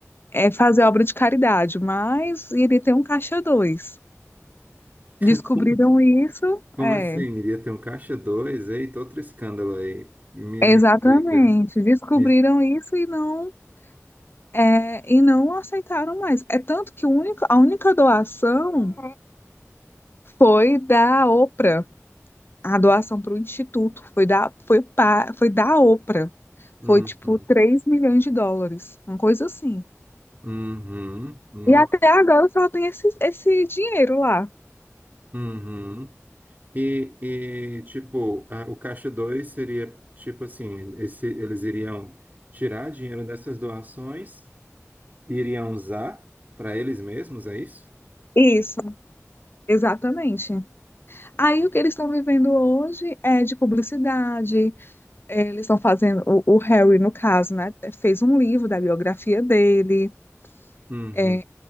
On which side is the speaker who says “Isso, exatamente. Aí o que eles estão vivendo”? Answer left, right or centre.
Left